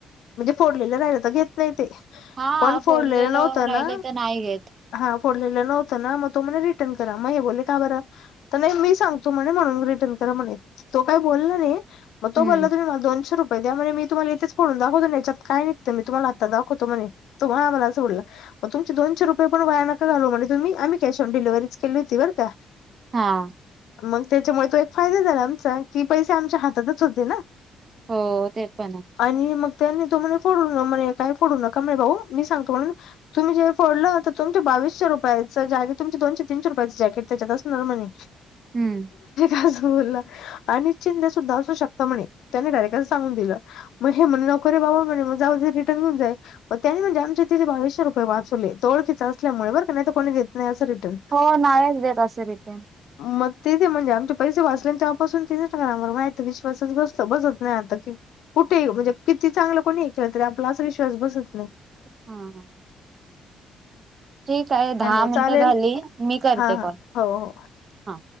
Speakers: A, on the left; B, on the right.
A: म्हणजे फोडलेलं राहिलं तर घेत नाही ते.
B: हा
A: पण फोडलेलं नव्हत
B: राहिलं
A: ना,
B: तर नाही घेत
A: हा. फोडलेलं न्हवत ना मग तो म्हणे रिटर्न करा मग हे बोलले का बरं तर नाही मी सांगतो म्हणे म्हणून रिटर्न तो काही बोलला नाही, मग तो
B: हम्म
A: बोलला तर मला दोनशे रूप म्हणे मी तुम्हाला इथेच फोडून दाखवतो ना ह्याच्यात काय निघतं मी तुम्हाला आत्ता दाखवतो म्हणे तो मला असं बोलला. तुमचे दोनशे रुपये पण वाया नका घालवू म्हणे तुम्ही आम्ही कॅश ऑन डिलव्हरीचं केली होती बर का.
B: हा.
A: मग त्याच्यामुळे तो एक फायदा झाला आमचा कि पैसे आमच्या हातातच होते ना.
B: हो ते पण हाय.
A: आणि मग त्यांनी तो म्हणे फोडून बघ म्हणे काय फोडू नका मी भाऊ मी सांगतो म्हणून तुम्ही जे फोडलं तर तुमच्या बा बावीसशे रुपयाचं जॅक तुमचं दोनशे तीनशे रुपयांचं जॅकेट त्याच्यात असणार म्हणे.
B: हम्म.
A: <unintelligible> आणि चिंद्या सुद्धा असू शकत म्हणे त्याने डायरेक्ट असं सांगून दिलं मग हे म्हणल बाबा म्हणे मग जाऊदे रिटर्न घेऊन जाय मग त्याने म्हणलें आमच्या तिथे बावीसशे रुपये वाचवले तो ओळखिचा असल्यामु बरं का नाहीतर कोणी देत नाही असं रिटर्न,
B: हो नाहीच देत असं रिटर्न
A: मग ते ते म्हणजे आमच्या पैसे वाचले तेवपासून इंस्टाग्रामवर विश्वासच बस बसत नाही आता की कुठे म्हणजे चांगलं कोणी केलं तरी आपला विश्वास बसत नाही.
B: हा. ठीक आहे दहा
A: हॅलो
B: मिनटं
A: चालेल
B: झाली मी करते
A: हा हा
B: कॉल.
A: हो हो
B: हा.